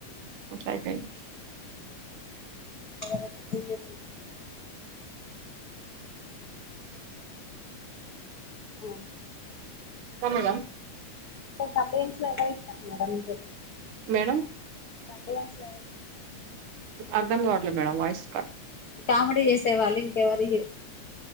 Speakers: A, on the right (about 85°); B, on the left (about 80°).
A: అట్లా అయిపొయింది
B: <inaudible> ఆ
A: కనీదం
B: అంటే తమ్ేమ్స్ లో ఎవరై మేడం దే
A: మేడం
B: తంబి్మ్స్
A: అర్ధం గవడ్లే మేడంమ్ వయిస్
B: కామెడిీ ఎసే వాళ్ళు ఇంకవరి